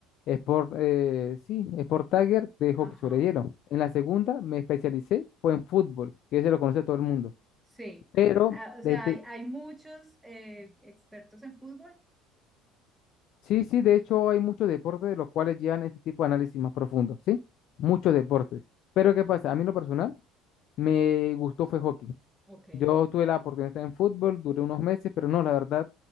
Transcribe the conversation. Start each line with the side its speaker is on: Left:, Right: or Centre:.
Left: sport, eh, sí, sport tagger de hockey
Centre: ajá.
Left: sobre hielo. En la segunda me especialicé, fue en fútbol, que ese lo conoce todo el mundo.
Centre: Sí,
Left: Pero
Centre: Ah, o
Left: este,
Centre: sea, hay, hay muchos eh, expertos en fútbol.
Left: Sí, sí, de hecho hay muchos deportes de los cuales llevan este tipo de análisis más profundo, ¿sí? Muchos deportes. Pero ¿qué pasa? A mí en lo personal me gustó fue hockey.
Centre: Ok,
Left: Yo tuve la oportunidad de estar en fútbol, duré unos meses, pero no, la verdad